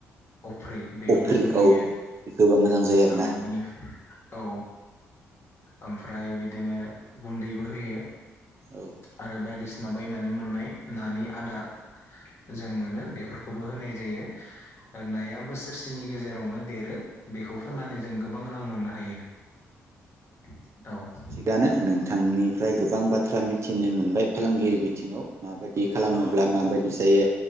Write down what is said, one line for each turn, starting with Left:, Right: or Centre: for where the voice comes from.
Left: अफ्रि बेखौ
Right: अफ्रि
Left: जों होयो।
Right: औ बेखौबा मोजां जायो आरोना
Left: औ <unintelligible> औ ओमफ्राय बिदिनो गुन्दैबो होयो।
Right: औ
Left: आरो बायदिसिना बायनानै मोननाय नानि आदार जों मोनो बेफोरखौबो होनाय जायो ओ नाया बोसोरसेनि गेजेरावनो देरो बेखौ फाननानै
Right: ओ
Left: जों गोबां रां मोननो हायो। औ
Right: थिगानो नों थांनिफ्राय गोबां बाथ्रा मिथिनो मोनबाय फालांगिरि बिथिङाव। माबायदि खालामोब्ला
Left: औ
Right: माबायदि जायो